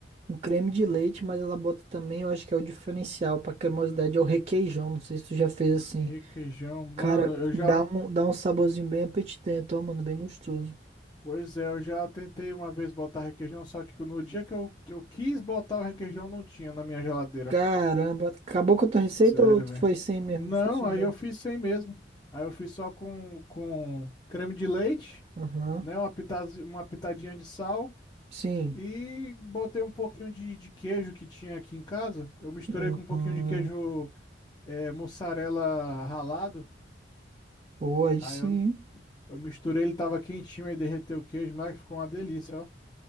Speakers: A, on the right; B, on the left.
A: um creme de leite, mas ela bota também, eu acho que é o diferencial para cremosidade, é o requeijão. Não sei se tu já fez assim.
B: requeijão. Mano,
A: Cara,
B: eu
A: dá
B: já.
A: um, dá um saborzinho bem apetitento, ó, mano, bem gostoso.
B: Pois é, eu já tentei uma vez botar requeijão, só que no dia que eu, que eu quis botar o requeijão, não tinha na minha geladeira.
A: Caramba, acabou com a tua receita
B: Sério,
A: ou tu
B: velho.
A: foi sem mesmo?
B: Não,
A: Funcionou?
B: aí eu fiz sem mesmo. Aí eu fiz só com, com creme de leite,
A: Aham,
B: né? Uma, pitaz- uma pitadinha de sal.
A: Sim.
B: E botei um pouquinho de, de queijo que tinha aqui em casa. Eu misturei
A: Hum,
B: com um pouquinho
A: hum,
B: de queijo é, mussarela ralado.
A: pô, aí
B: Aí
A: sim.
B: eu, eu misturei, ele tava quentinho, aí derreteu o queijo, mas ficou uma delícia, ó.